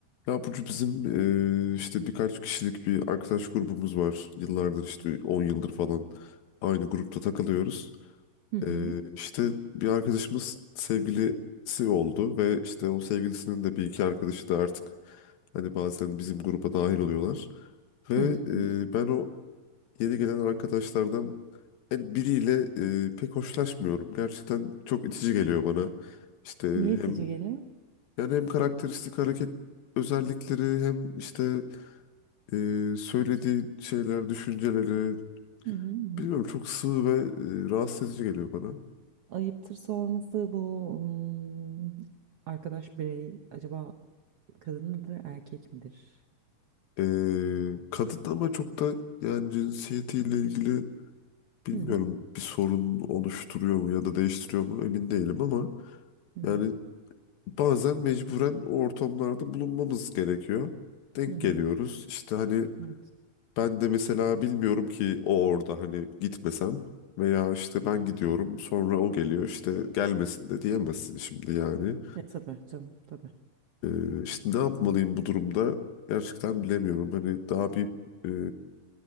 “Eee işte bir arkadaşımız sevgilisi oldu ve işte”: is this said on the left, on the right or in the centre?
Left